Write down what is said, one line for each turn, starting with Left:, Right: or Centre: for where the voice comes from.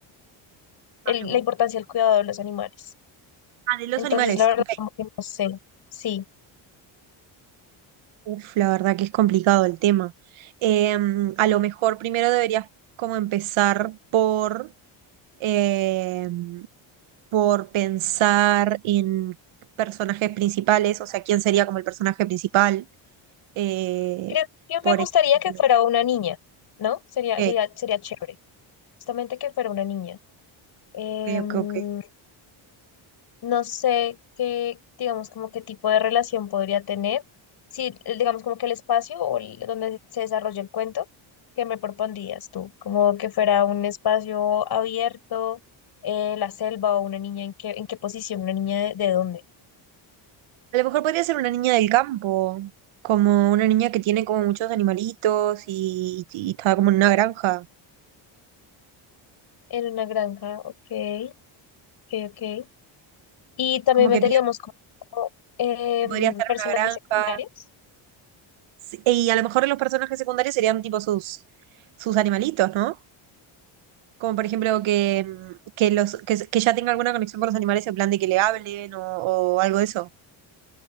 Left: el-
Right: algo.
Left: la importancia del cuidado de los animales.
Right: Ah, de los
Left: Entonces,
Right: animales.
Left: la verdad,
Right: Ok.
Left: como que no sé. Sí,
Right: Uf, la verdad que es complicado el tema. Em, a lo mejor primero deberías como empezar por, em, por pensar en personajes principales, o sea, quién sería como el personaje principal. eh,
Left: creo que me
Right: por
Left: gustaría
Right: ejemplo,
Left: que fuera una niña, ¿no? Sería,
Right: ok,
Left: sería, sería chévere, justamente que fuera una niña. Em,
Right: ok, ok, ok.
Left: no sé qué, digamos, como qué tipo de relación podría tener. Sí, el- digamos, como que el espacio o el- donde se desarrolla el cuento, ¿qué me propondrías tú? Como que fuera un espacio abierto, eh, la selva o una niña, ¿en qué, en qué posición? ¿Una niña de de dónde?
Right: A lo mejor podría ser una niña del campo, como una niña que tiene como muchos animalitos y, y y está como en una granja.
Left: En una granja, ok. ok, ok. Y también
Right: Como
Left: meteríamos
Right: que piensan
Left: como em,
Right: que podría estar
Left: personajes
Right: en una granja.
Left: secundarios.
Right: Sí, Y a lo mejor los personajes secundarios serían tipo sus, sus animalitos, ¿no? Como por ejemplo que, mm, que, los, que, que ya tenga alguna conexión con los animales en plan de que le hablen o, o algo de eso.